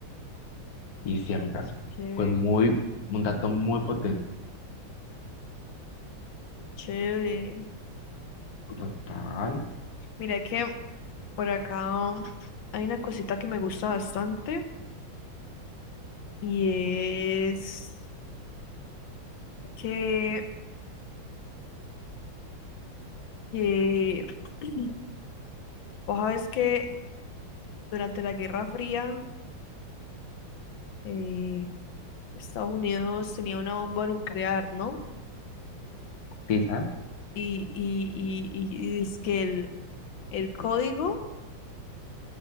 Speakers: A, on the left (about 55°); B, on the left (about 70°).
A: Y si a mi caso
B: Chévere,
A: fue muy, un dato muy potente,
B: chévere.
A: total,
B: Mira que por acá um, hay una cosita que me gusta bastante y es que, que <clears throat> vos sabes que durante la Guerra Fría eh, Estados Unidos tenía una bomba nuclear, ¿no?
A: quizás,
B: Y, y, y, y, y es que el, el código...